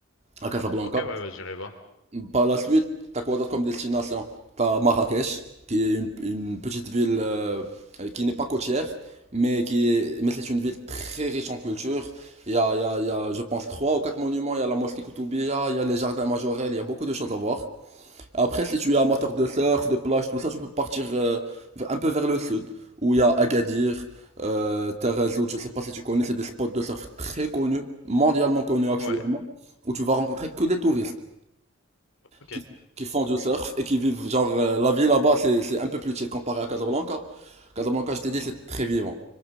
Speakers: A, on the right; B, on the left.
A: à Casablanca.
B: Ok, ouais, bah, j'irai voir.
A: Par la suite, t'as quoi d'autre comme destination? T'as Marrakech, qui est une, une petite ville euh, qui n'est pas côtière, mais qui est, mais c'est une ville très riche en culture. Il y a, il y a, il y a, je pense, trois ou quatre monuments. Il y a la mosquée Koutoubia, il y a les jardins majorels, il y a beaucoup de choses à voir. Après, si tu es amateur de surf, de plage, tout ça, tu peux partir euh, un peu vers le sud, où il y a Agadir, euh, Tarazout, je sais pas si tu connais, c'est des spots de surf très connus, mondialement connus actuellement,
B: Ouais,
A: où tu vas rencontrer que des touristes
B: ok.
A: qui, qui font du surf et qui vivent, genre, euh, la vie là-bas, c'est, c'est un peu plus chill comparé à Casablanca. Casablanca, je t'ai dit, c'est très vivant.